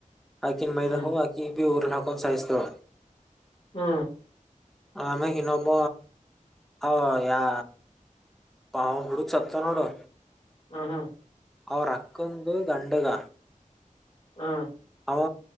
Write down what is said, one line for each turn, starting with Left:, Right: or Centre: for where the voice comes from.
Centre: ಹಾಕಿನ ಮೈದ
Left: ಹ್ಮ್
Centre: ಹ ಹಾಕಿ ಊ್ರ ಹಕ ಸಹಿಸ್ತವ
Left: ಹ್ಮ
Centre: ಆಮೇಲ ಹ ನಬ ಹ ಯಾ ಅಪ್ಪ ಅವಾ್ ಹುಡು ಸತ್ತತ ನೋಡು
Left: ಹ ಹಾ
Centre: ಅವ್ರಕ್ಕಂದು ಗಂಡಗ
Left: ಹಾ
Centre: ಹ